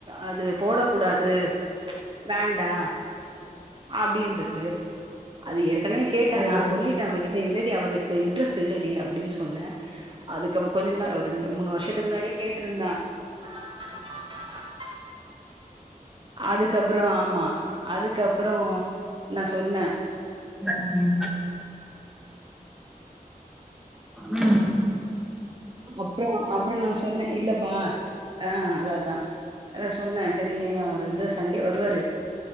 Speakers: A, on the right (about 35°); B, in the centre.
A: அது போடக் குடாது அ வேண்டா அப்டின்றருக் அது இருக் கண்ணு கேட்ட
B: ஓ
A: நா சொல்லிட்டன் அவக்கி யே இல்லடி அவருக்கு இன்ட்ரெஸ் சில்லடி அப்டின் சொன்னே அதுக்கவ கொஞ்ச நா ரெண்டு மூணு வருஷத்துக்கு முன்னாடியே கேட்டிருந்தா <inaudible> அதுக்கப்புறோ ஆமா அதுக்கப்புறோ நா சொன்னே
B: ம் ம்
A: அப்புறோ அப்புறோ நா சொன்னே இல்லப்பா ஆ அததா அதா சொன்னே சரி அவரு வந்து சண்டே வருவாரு